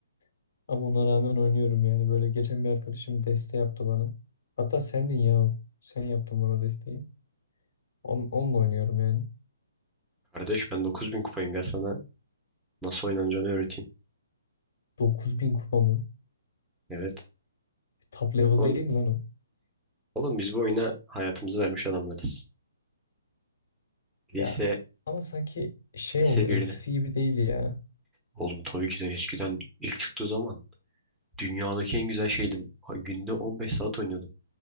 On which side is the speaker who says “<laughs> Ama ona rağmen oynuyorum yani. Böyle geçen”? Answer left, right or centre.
Left